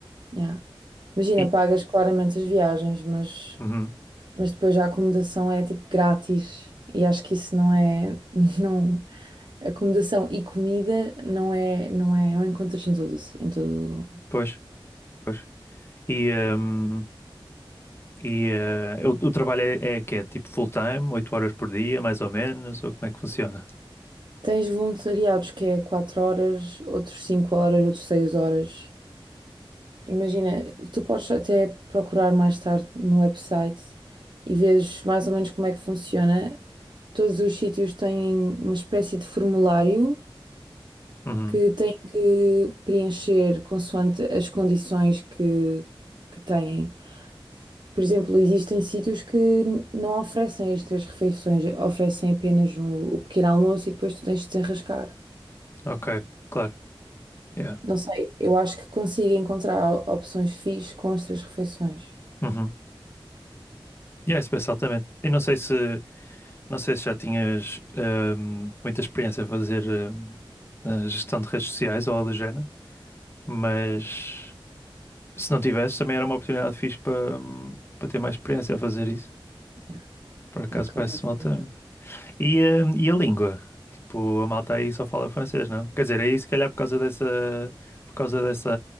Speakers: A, on the right; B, on the left.
A: Yeah. Imagina,
B: E,
A: pagas claramente as viagens, mas,
B: uhum,
A: mas depois a acomodação é tipo grátis e acho que isso não é, <laughs> não, acomodação e comida não é, não é, não encontras em todo, em todo.
B: pois, pois. E, ahm, e ah, o, o trabalho é, é que é tipo full-time, 8 horas por dia, mais ou menos, ou como é que funciona?
A: Tens voluntariados que é 4 horas, outros 5 horas, outros 6 horas. Imagina, tu podes até procurar mais tarde no website e vês mais ou menos como é que funciona. Todos os sítios têm uma espécie de formulário
B: Uhum,
A: que têm que preencher consoante as condições que, que têm. Por exemplo, existem sítios que não oferecem as três refeições, oferecem apenas o, o pequeno almoço e depois tu tens de te enrascar.
B: ok, claro. Yeah.
A: Não sei, eu acho que consigo encontrar opções fixes com as três refeições.
B: Uhum. Yeah, especial também. E não sei se, não sei se já tinhas ahm, muita experiência a fazer ahm, a gestão de redes sociais ou algo do género. Mas se não tivesse, também era uma oportunidade fixe para hum, para ter mais experiência a fazer isso.
A: Yeah,
B: Por acaso
A: é completo.
B: parece-me altamente. E, hum, e a língua? Tipo, a malta aí só fala francês, não? Quer dizer, aí se calhar por causa dessa, por causa dessa,